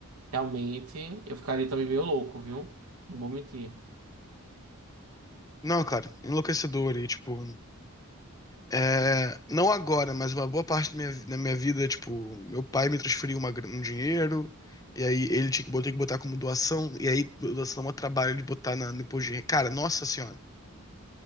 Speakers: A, on the right; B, on the left.
A: Realmente, eu ficaria também meio louco, viu? Não vou mentir.
B: Não, cara, enlouquecedor. E, tipo, é, não agora, mas uma boa parte da minha, da minha vida, tipo, meu pai me transferiu uma gra- um dinheiro, e aí ele tinha que botar, que botar como doação, e aí do- doação é um trabalho de botar na, no imposto de renda. Cara, nossa senhora,